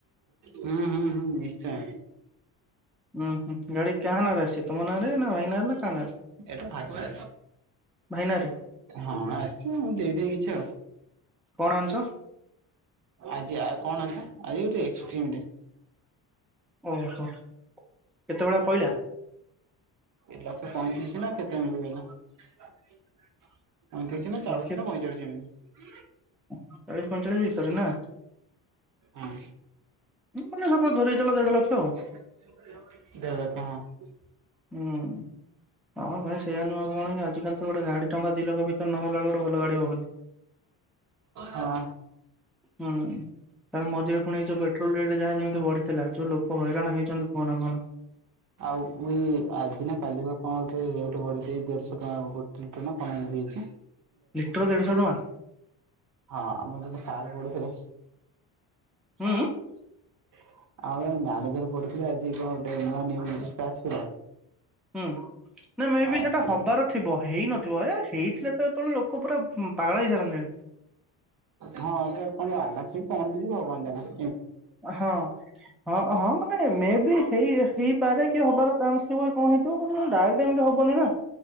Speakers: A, on the right; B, in the centre.
A: ହୁଁ ହଁ ହଁ ନିଶ୍ଚୟ।
B: ହୁଁ ହୁଁ ଗାଡ଼ି କହା ନାରେ ଅଛି ତୁମର ନାରେ ନା ଭାଇନାରେ ନା କା ନାରେ
A: ଏଟା ଭାଇ
B: ଭାଇ ନାଁରେ
A: ହଁ ଆସିଛି ଦେଇ କିଛି ଆଉ
B: କଣ ଆଣିଛ
A: ଆଜି କଣ ଆଣିଛ <inaudible> ଆଜି ଗୋଟ ଏକ୍ସଟ୍ରିମ୍ ଟେ।
B: ଓହୋ କେତେଭଳା ପଇଲା।
A: ଏ ଲକ୍ଷ ପଇଁତିରିଶ। ନା କେତେ <unintelligible> ପଇଁତିରିଶ ନା ଚାଳିଶ
B: ଲକ୍ଷେ
A: ନା ପଇଁଚାଳିଶ ଏମିତି।
B: ଚାଳିଶ ପଇଁଚାଳିଶ ଭିତରେ ନା।
A: ହଁ
B: ମାନେ <unintelligible> ଧରି କି ଦେଢ ଲକ୍ଷ
A: <unintelligible>
B: ଆଉ ହୁଁ। ହଁ ଭାଇ ସେଇଆ ନୁଏ ଆଉ କଣ ବାଜୁ ତୁ ଗୋଟେ ଗାଡି ଟଙ୍କା ଦିଲକ୍ଷ ଭିତରେ ନହେଲା ବଳେକୁ ଗୋଟେ ଭଲ ଗାଡି ହବନି
A: ହଁ।
B: ହୁଁ। ତା ମଝିରେ ପୁଣି ଏଯୋଉ ପଟ୍ରୋଲ ରେ ଯାହା ଯେମିତି ବଢିଥିଲା ଯୋଉ ଲୋକ ହଇରାଣ ହେଇଚନ୍ତି। <unintelligible>
A: ଆଉ ଏଇ ଆଜି ନା କାଲି କଣ ଗୋଟେ ରେଟ ବଢି ଦେଇ କି ଦେଢଶହ ଟଙ୍କା ଗୋଟେ ଲିଟର ନା କଣ ଏମିତି ହେଚି।
B: ଲିଟର ଦେଢଶହ ଟଙ୍କା ଆ।
A: ହଁ ଆମର ଯେ ସାର ପଢୁଥିଲେ।
B: ହୁଁ
A: <inaudible> ଆଉ ଜଣେ ମ୍ୟାନେଜର ପଢୁଥିଲେ ଆଜି କଣ ଗୋଟେ ନୂଆ ନିଉଜଟେ ଆସିଥିଲା।
B: ହୁଁ ନା ମେ
A: ଆ
B: ବି ସେଇଟା
A: ସେଇ
B: ହବାର ଥିବ ହେଇନଥିବ ଏଁ ହେଇଥିଲେ ତ ଏତେତଳୁ ଲୋ <unintelligible> ଉଁ ପୁରା ପାଗଳ ହେଇସାରନ୍ତେଣି।
A: ହଁ। ହେଲା ଆମେ ଆସିକି ପହଞ୍ଚି ଯିବୁ ଆଉ କଣ ନ।
B: ହଁ ହଁ ହଁ ମାନେ ମେବି ଏଇ <unintelligible> ହବାର ଚାନ୍ସ ଥିବ କି କଣଁ ହେଇଥିବ <unintelligible> ଡାଇରେକ୍ଟ ଏମିତି ହବନି ନା